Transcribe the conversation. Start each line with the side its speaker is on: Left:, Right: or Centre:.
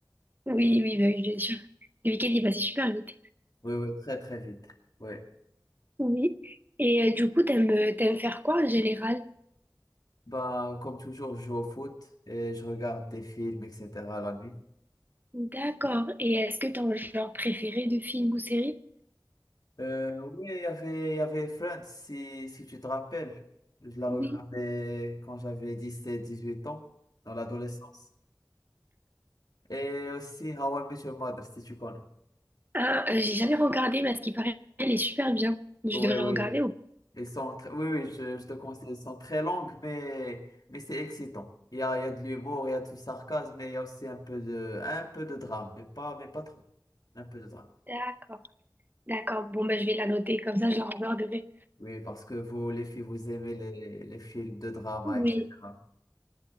Right: Oui, oui, bah oui, bien sûr. Le week-end, il est passé super vite.
Left: Oui, oui, très, très vite. Oui.
Right: Oui. Et euh, du coup, t'aimes, t'aimes faire quoi en général?
Left: Bah, comme toujours, je joue au foot et je regarde des films, etc., la nuit.
Right: D'accord. Et est-ce que t'as un genre préféré de film ou série?
Left: Euh, oui, il y avait, il y avait Friends, si, si tu te rappelles. Je la
Right: Oui.
Left: regardais quand j'avais dix sept dix huit ans, dans l'adolescence. Et aussi How I Met Your Mother, si tu connais.
Right: Ah, euh, j'ai jamais regardé, mais à ce qui paraît, elle est super bien. Je
Left: Oui,
Right: devrais
Left: oui.
Right: regarder ou...
Left: Ils sont tr- Oui, oui, je, je te conseille. Ils sont très longues, mais, mais c'est excitant. Il y a, il y a de l'humour, il y a du sarcasme, mais il y a aussi un peu de, un peu de drame, mais pas, mais pas trop. Un peu de drame.
Right: D'accord, d'accord. Bon, ben, je vais la noter, comme ça, je la regarderai.
Left: Oui, parce que vous, les filles, vous aimez les, les films de drama,
Right: Oui.
Left: etc.